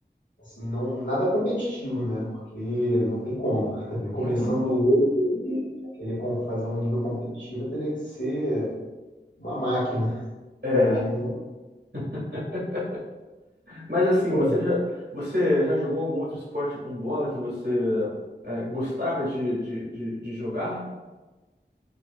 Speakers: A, on the left; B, on the right.
A: assim, não nada competitivo, né? Porque não tem como. Também começando
B: Uhum.
A: hoje, querer com- fazer um nível competitivo teria que ser uma máquina. <laughs>
B: É,
A: Aí, não-
B: <laughs> mas assim,
A: Pô,
B: você já, você já jogou algum outro esporte com bola que você é, gostava de, de, de, de jogar?